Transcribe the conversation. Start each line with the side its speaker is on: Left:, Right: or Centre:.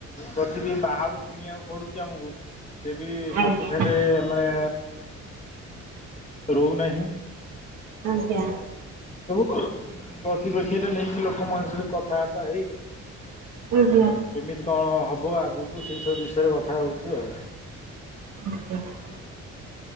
Left: ଯଦି ବିି ବାହାରୁ କିଣିବାକୁ ପଡ଼ୁଛି ଆମକୁ ସେ ବି
Right: ଆଜ୍ଞା
Left: ସଫିସେଣ୍ଟ ମାନେ ରହୁନାହିଁ।
Right: ଆଜ୍ଞା
Left: <unintelligible> ପ୍ରତିପକ୍ଷୀରେ ନେଇକି ଲୋକମାନେ ସେଠି କଥାବାର୍ତ୍ତା ହେଇ
Right: ଆଜ୍ଞା।
Left: କେମିତି କଣ ହବ ଆଗକୁ ସେଇସବୁ ବିଷୟରେ କଥା ହଉଛୁ ଆଉ।
Right: ହୁଁ ହୁଁ।